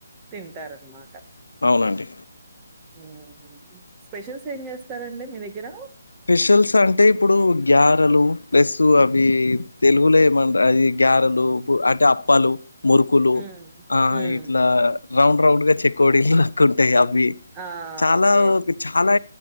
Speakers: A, on the right; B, on the left.
A: తింటారన్నమాట
B: అవునండి
A: ఉ స్పెషల్స్ ఏం చేస్తారండి మీ దగ్గర?
B: స్పేషల్స్ అంటే ఇప్పుడు గ్యారలు ప్లస్ అవి తెలుగులే ఏమంట అది గ్యారలు అంటే అప్పాలు మురుకులు
A: హ్మ్.
B: ఆ
A: హ్మ్.
B: ఇట్లా రౌండ్ రౌండ్ గా చెక్ కోడిలు లక్కుంటాయి అవి
A: ఆ!
B: చాలా
A: ఓకే.
B: చాలా